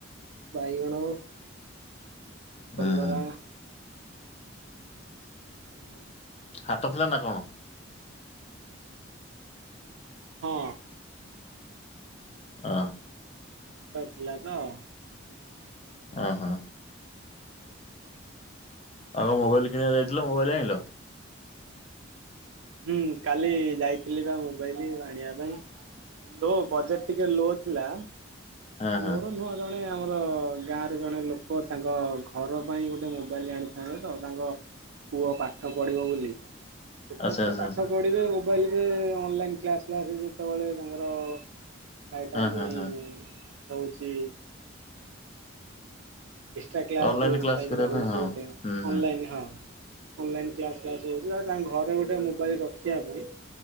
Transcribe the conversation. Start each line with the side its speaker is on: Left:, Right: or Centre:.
Right: ବାଇଗଣ ।
Left: ହୁଁ
Right: କଲରା
Left: ହୁଁ
Right: । <unintelligible> ହେବ।
Left: ହାଟ ଥିଲା ନା କଣ?
Right: ହଁ।
Left: ହ।
Right: ହାଟ ଥିଲା ତ ସେଥିପାଇଁ।
Left: ହ ହଁ। ଆଉ ମୋବାଇଲ କିଣିବାକୁ ଯାଇଥିଲ ମୋବାଇଲ ଆଣିଲୋ?
Right: ହୁଁ କାଲି ଯାଇଥିଲି ବା ମୋବାଇଲି ଆଣିବା ପାଇଁ ଲୋ ବଜେଟ ଟିକେ ଲୋ ଥିଲା।
Left: ହଁ ହଁ
Right: ମୋର ନୁହଁ ଜଣେ ଆମର ଆ ଗାଁରେ ଜଣେ ଲୋକ ତାଙ୍କ ଘର ପାଇଁ ଗୋଟେ ମୋବାଇଲ ଆଣିଥାନ୍ତେ ତ ତାଙ୍କ ପୁଅ ପାଠ ପଢ଼ିବ ବୋଲି। ଛୋଟ
Left: ଆଚ୍ଛା
Right: ଛୁଆ
Left: ଆଚ୍ଛା
Right: ପାଠ
Left: ଆଚ୍ଛା
Right: ପଢିବେ ଆଉ। ମୋବାଇଲରେ ଅନଲାଇନ୍ କ୍ଲାସ୍ ଫ୍ଲାସ ଯେତେବେଳେ ତାଙ୍କର ପ୍ରାୟ ଟାଇମି।
Left: ହଁ ହଁ ହଁ
Right: ହଉଛି। ଏକ୍ସଟ୍ରା କ୍ଲାସ୍
Left: ଅନଲାଇନ
Right: ଯେଉଁ
Left: କ୍ଲାସ
Right: ଟାଇପ୍ର
Left: କରିବା
Right: ହେଉଛି
Left: ପାଇଁ ହଁ
Right: ଗୋଟେ
Left: ହୁଁ ହୁଁ।
Right: ଅନଲାଇନ୍ ହଁ ଅନଲାଇନ୍ କ୍ଲାସ୍ କ୍ଲାସ୍ ହେଉଛି ତା ତାଙ୍କ ଘରେ ଗୋଟେ ମୋବାଇଲ ରଖିବା ପାଇଁ